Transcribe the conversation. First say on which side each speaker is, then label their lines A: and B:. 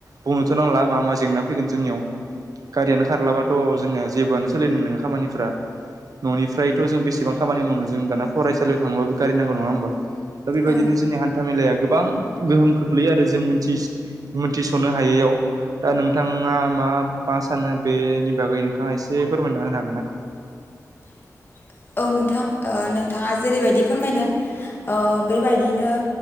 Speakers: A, on the right; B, on the left.
A: बुंनोथ' नांला मा मा जेंना फैगोन जोंनियाव। गारियानो खारलाबाथ' जोंनिया जेबोआनो सोलिनाय नङा खामानिफ्रा। न'निफ्रायथ' जों बेसेबां खामानि मावनो जों दाना फरायसालियाव थांनोबाबो गारि नांगौ नङा होमबा। दा बेबायदिनो
B: औ
A: जोंनि हान्था मेलाया गोबां गोहोम खोख्लैयो आरो। जों मोथि- मिथिस'नो हायैयाव दा नोंथाङा मा मा सानो बेनि बागै नोंथाङा एसे फोरमायना होनो हागोन ना?
B: <inaudible> औ नोंथां ओ नोंथाङा जेरै बायदि फोरमायदों ओ बेबायदिनो